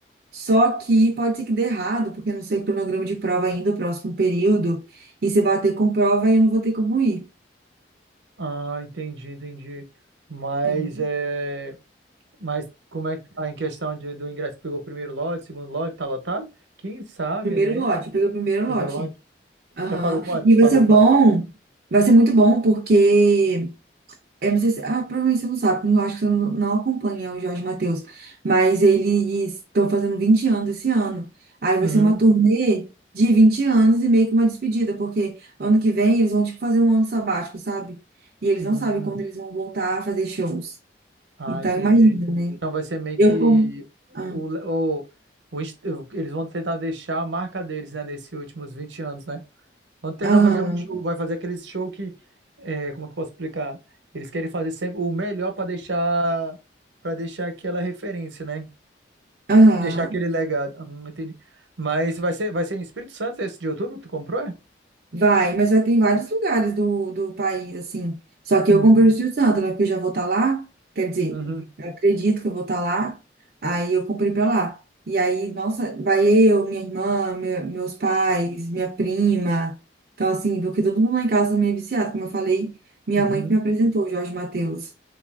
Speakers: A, on the right; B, on the right.
A: Só que pode ser que dê errado, porque eu não sei o cronograma de prova ainda, o próximo período. E se bater com prova, eu não vou ter como ir.
B: Ah, entendi, entendi. Mas
A: Entendeu?
B: é. Mas como é que tá em questão de, do ingresso? Pegou o primeiro lote, segundo lote, tá lotado? Quem sabe,
A: Primeiro
B: né?
A: lote, eu peguei o primeiro
B: Primeiro
A: lote.
B: lote.
A: Aham.
B: Tá pago quanto?
A: E vai
B: Pagou
A: ser
B: quanto?
A: bom, vai ser muito bom, porque. Eu não sei se, ah, provavelmente você não sabe, porque eu acho que você não, não acompanha o Jorge Mateus, mas eles estão fazendo 20 anos esse ano. Aí
B: Uhum.
A: vai ser uma turnê de 20 anos e meio que uma despedida, porque ano que vem eles vão tipo fazer um ano sabático, sabe? E eles
B: Hum.
A: não sabem quando eles vão voltar a fazer shows.
B: Ah,
A: Então
B: entendi.
A: imagina, né?
B: Então vai ser meio
A: Eu
B: que
A: como. Ah,
B: o, o, o inst- eles vão tentar deixar a marca deles, né, nesses últimos 20 anos, né? Vão tentar
A: aham,
B: fazer um show, vai fazer aquele show que, é, como é que eu posso explicar? Eles querem fazer sempre o melhor para deixar para deixar aquela referência, né?
A: aham.
B: Deixar aquele legado. Hum, entendi. Mas vai ser, vai ser em Espírito Santo esse de outubro que tu comprou, é?
A: Vai, mas vai ter em vários lugares do, do país, assim. Só que
B: Uhum.
A: eu comprei o Espírito Santo, né? Porque eu já vou estar lá. Quer dizer,
B: Uhum.
A: eu acredito que eu vou estar lá. Aí eu comprei pra lá. E aí, nossa, vai eu, minha irmã, meu- meus pais, minha prima. Então, assim, porque todo mundo lá em casa é meio viciado. Como eu falei, minha
B: Uhum.
A: mãe que me apresentou, o Jorge Mateus.